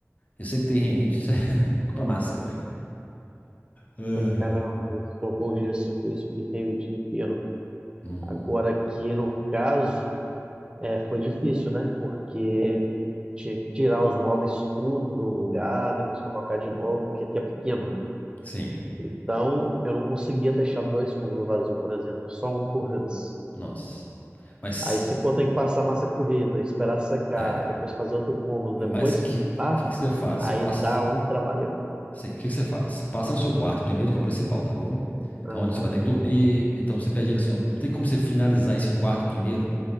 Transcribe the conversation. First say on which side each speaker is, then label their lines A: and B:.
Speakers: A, on the left (about 30°); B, on the right (about 20°).
A: Eu sei que tem rinite, você <laughs> compra máscara. Ai.
B: Tem cara que colocou o gesso aqui, eu espirrei o dinheiro.
A: Hum,
B: Agora aqui no caso. É, foi difícil, né? Porque tinha que tirar os móveis tudo do lugar, depois colocar de novo, porque aqui é pequeno.
A: sim,
B: Então, eu não conseguia deixar dois cômodos vazios, por exemplo, é só um por vez.
A: nossa. Mas,
B: Aí, se for ter que passar massa corrida, esperar secar,
A: é,
B: depois fazer outro cômodo, depois
A: mas que
B: pintar,
A: que que você faz?
B: aí
A: Passa,
B: dá um trabalhão.
A: sim, que que você faz? Passa no seu quarto primeiro, que é o principal, sacou?
B: Aham.
A: É onde você vai ter que dormir. Então você pede ele assim, ó, tem como você finalizar esse quarto primeiro?